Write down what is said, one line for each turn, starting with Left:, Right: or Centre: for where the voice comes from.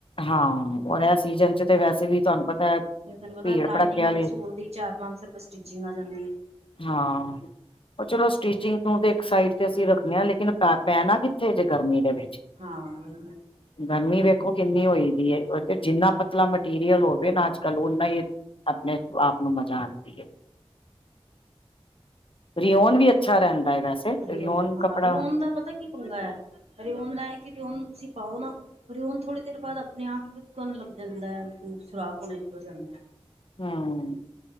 Left: ਹਾਂ ਰ ਇਹ ਸੀਜਨ ਚ ਤੇ ਵੈਸੇ ਵੀ ਤੁਹਾਨੂੰ ਪਤਾ ਹੈ
Right: ਤੁਾਨੂੰ ਪਤਾ
Left: ਭੀੜ
Right: ਲਾਈਨਿੰਗ
Left: ਭੜੱਕਿਆ
Right: ਵਾਲੇ
Left: ਵਾਲੀ
Right: ਸੂਟ ਦੀ ਚਾਰ ਪੰਜ ਸ ਰੁਪਏ ਸਟਿਚਿੰਗ ਆ ਜਾਂਦੀ ਹੈ
Left: ਹਾਂ ਉਹ ਚਲੋ ਸਟੀਿਚਿੰਗ ਤ ਤੇ ਇੱਕ ਸਾਈਡ ਤੇ ਅਸੀਂ ਰੱਖਣੇ ਆ ਲੇਕਿਨ ਪ ਪੈਣਾ ਕਿੱਥੇ ਜੇ ਗਰਮੀ ਦੇ ਵਿੱਚ
Right: ਹਾਂਜੀ
Left: ਗਰਮੀ ਵੇਖੋ ਕਿੰਨੀ ਹੋਈ ਦੀ ਏ ਉਥੇ ਜਿੰਨਾ ਪਤਲਾ ਮਟੀਰੀਅਲ ਹੋਵੇ ਨਾ ਅੱਜ ਕੱਲ ਓਨਾ ਈ ਆਪਣੇ ਆਪ ਨੂੰ <unintelligible> ਹੈ ਰਿਓਨ ਵੀ ਅੱਛਾ ਰਹਿੰਦਾ ਹੈ ਵੈਸੇ
Right: ਰਿਓਨ ਹਾਂ
Left: ਕੱਪੜਾ
Right: ਰਿਓਨ ਦਾ ਪਤਾ ਕੀ ਹੁੰਦਾ ਏ ਰਿਓਨ ਦਾ ਹੈ ਕਿ ਰਓਨ ਤੁਸੀਂ ਪਾਓ ਨਾ ਪਰ ਹੁਣ ਥੋੜੀ ਦੇਰ ਬਾਅਦ ਆਪਣੇ ਆਪ ਹੀ <unintelligible> ਲੱਗ ਜਾਂਦਾ ਹੈ ਸੁਰਾਖ ਹੋਣੇ ਸ਼ੁਰੂ ਹੋ ਜਾਂਦਾ ਐ
Left: ਹੂੰ